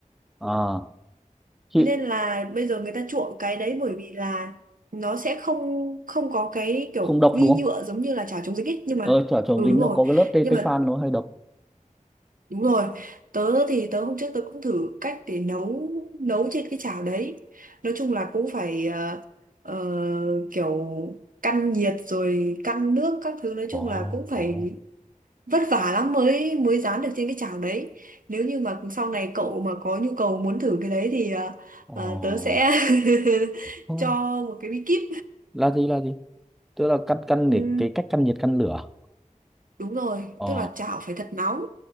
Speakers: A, in the centre; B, on the right (about 75°).
A: ờ chịu
B: Thế nên là bây giờ người ta chuộng cái đấy bởi vì là nó sẽ không không có cái kiểu
A: không độc
B: vi
A: đúng
B: nhựa
A: không
B: giống như là chảo chống dính ấy nhưng mà
A: ờ chảo chống
B: ừ
A: dính
B: đúng
A: nó
B: rồi
A: có cái lớp tê
B: nhưng
A: tê
B: mà
A: phan nó hay độc
B: Đúng rồi, tớ thì tớ hôm trước tớ cũng thử cách để nấu nấu trên cái chảo đấy. Nói chung là cũng phải ờ, ờ, kiểu căn nhiệt rồi căn nước các thứ nói
A: có
B: chung là cũng phải
A: có
B: vất vả lắm mới mới rán được trên cái chảo đấy. Nếu như mà sau này cậu mà có nhu cầu muốn thử cái đấy thì ờ,
A: ờ
B: ờ, tớ sẽ <laughs>
A: Ờ,
B: cho một cái bí kíp.
A: là gì là gì tức là căn căn
B: Ừ,
A: để cái cách căn nhiệt căn lửa
B: Đúng rồi,
A: ờ
B: tức là chảo phải thật nóng.